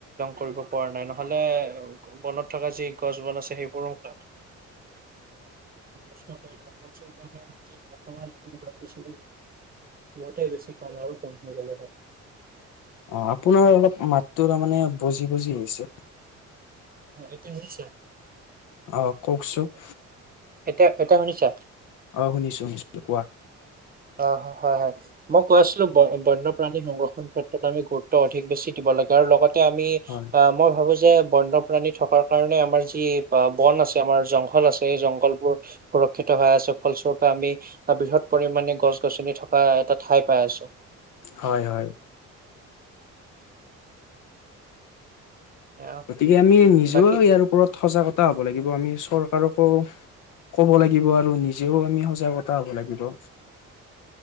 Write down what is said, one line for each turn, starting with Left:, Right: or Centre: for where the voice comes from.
Right: কৰিব পৰা নাই নহ'লে বনত থকা যি গছ বন আছে সেইবোৰো। ত নষ্ট কৰিলে ফলস্বৰূপে আৰু বৰ্তমান <unintelligible> বলতে বেছি কম আৰু কম হৈ গ'লে হয়।
Left: অ আপোনাৰ অলপ মাতটো তাৰমানানে বজি বজি আহিছে।
Right: অ' এতিয়া হৈছে।
Left: আৰু কওঁকচোন।
Right: এতিয়া এতিয়া শুনিছা?
Left: অ' শুনিছো, শুনিছো কোৱা?
Right: অ' হয়, হয় মই কৈ আছিলোঁ বন্যপ্ৰাণী সংৰক্ষণ ক্ষেত্ৰত আমি গুৰুত্ব অধিক বেছি দিব লাগে আৰু লগতে আমি
Left: হয়
Right: অ' মই ভাবো যে বন্য প্ৰাণী থকাৰ কাৰণে আমাৰ যি বা বন আছে আমাৰ জংঘল আছে এই জংঘল বোৰ সুৰক্ষিত হৈ আছে। ফলস্বৰূপে আমি বৃহৎ পৰিমানে গছ গছনি থকা এটা ঠাই পাই আছোঁ।
Left: হয়, হয়।
Right: অ,
Left: গতিকে আমি নিজেও
Right: বাকী
Left: ইয়াৰ ওপৰত সজাগতা হ'ব লাগিব আমি চৰকাৰকো কব লাগিব আৰু নিজেও আমি সজাগতা হ'ব লাগিব।